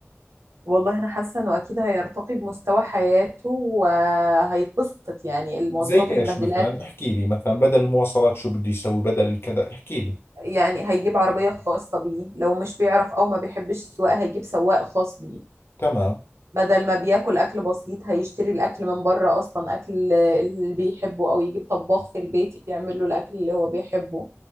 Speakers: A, on the right (about 75°); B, on the left (about 55°).
A: والله انا حاسه انه اكيد هيرتقي بمستوى حياته وهيتبسط يعني المواصلات
B: زي
A: اللي
B: إيش
A: مبهدلاه
B: مثلا احكي لي مثلا بدل المواصلات شو بده يسوي بدل الكذا احكي لي
A: يعني هيجيب عربيه خاصه بيه لو مش بيعرف او ما بيحبش السواقه هيجيب سواق خاص بيه
B: تمام
A: بدل ما بياكل اكل بسيط هيشتري الاكل من بره اصلا اكل اللي بيحبه او يجيب طباخ في البيت يعمل له الاكل اللي هو بيحبه